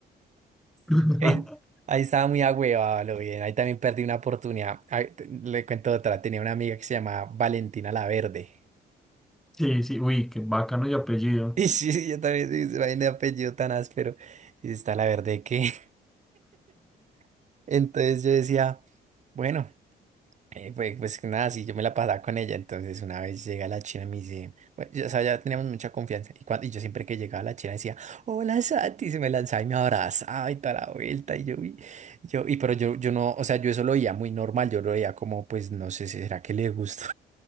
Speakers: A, in the centre; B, on the right.
A: <laughs>
B: Ahí, ahí estaba muy agüevado, lo bien. Ahí también perdí una oportunidad. Ahí te- le cuento otra, tenía una amiga que se llamaba Valentina La Verde. <laughs>
A: Sí, sí, uy, qué bacano y apellido.
B: Y sí, sí, yo también, sí, vaina de apellido tan áspero. Y está La Verde que. <laughs> Entonces yo decía. Bueno, Eh, pues, pues nada, sí, yo me la pasaba con ella, entonces una vez llega la china y me dice, bueno, ya, o sea, ya teníamos mucha confianza, y, cuando, y yo siempre que llegaba la china decía, hola Santi, y se me lanzaba y me abrazaba y toda la vuelta, y yo, y, yo, y pero yo, yo no, o sea, yo eso lo veía muy normal, yo lo veía como, pues no sé, ¿será que le gusta?